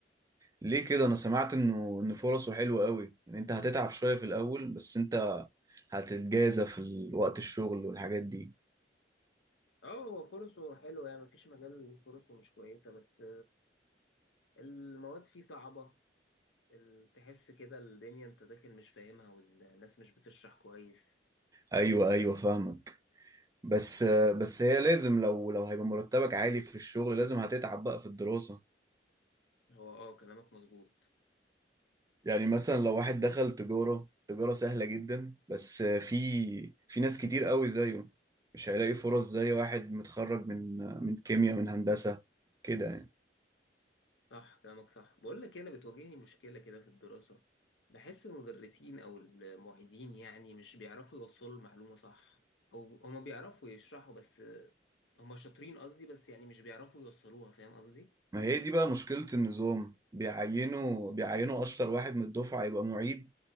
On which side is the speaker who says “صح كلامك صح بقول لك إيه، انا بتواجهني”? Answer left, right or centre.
Left